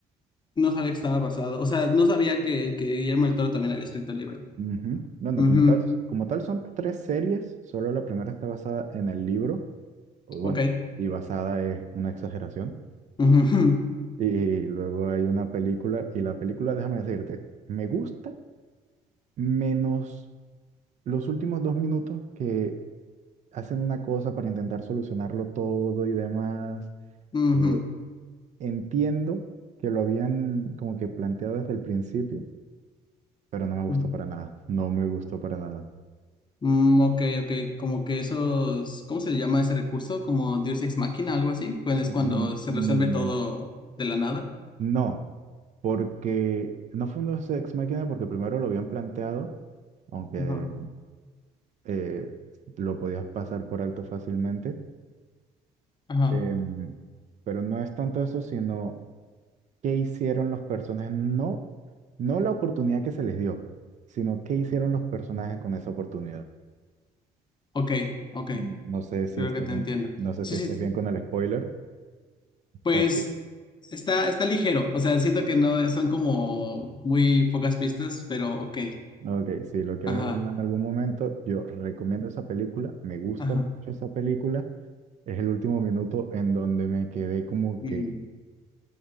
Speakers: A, on the left; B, on the right.
A: No sabía que estaba basado, o sea, no sabía que, que Guillermo del Toro también había escrito el libro.
B: Ujú. Bueno,
A: Ujú,
B: como tal, como tal son tres series, solo la primera está basada en el libro, o bueno,
A: ok.
B: y basada es una exageración
A: ujú, <laughs>
B: Y luego hay una película, y la película, déjame decirte, me gusta menos los últimos dos minutos que hacen una cosa para intentar solucionarlo todo y demás.
A: ujú,
B: Eh, entiendo que lo habían como que planteado desde el principio, pero no me gustó
A: ujú.
B: para nada. No me gustó para nada.
A: Mm, ok, ok, como que esos, ¿cómo se le llama ese recurso? Como Deus Ex Machina, algo así, cuando es
B: Mm,
A: cuando se
B: mm,
A: resuelve todo de la nada.
B: No, porque no fue un Dos Ex Machina porque primero lo habían planteado, aunque
A: Ajá,
B: eh, lo podías pasar por alto fácilmente.
A: ajá,
B: Em, pero no es tanto eso, sino qué hicieron los personajes, no, no la oportunidad que se les dio, sino qué hicieron los personajes con esa oportunidad.
A: ok, ok,
B: Mm, No sé si
A: creo
B: estás
A: que te
B: bien,
A: entiendo.
B: no sé
A: Sí,
B: si estás
A: sí,
B: bien con el spoiler. O
A: pues
B: sea, sí.
A: está, está ligero, o sea, siento que no son como muy pocas pistas, pero ok,
B: ok, si lo quieres
A: ajá,
B: ver en algún momento, yo recomiendo esa película, me gusta
A: ajá.
B: mucho esa película. Es el último minuto en donde me quedé como
A: mm,
B: que,